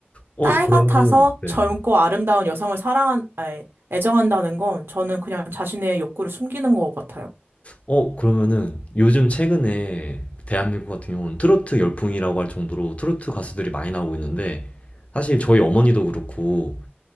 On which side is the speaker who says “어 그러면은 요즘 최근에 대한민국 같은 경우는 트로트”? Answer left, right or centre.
Left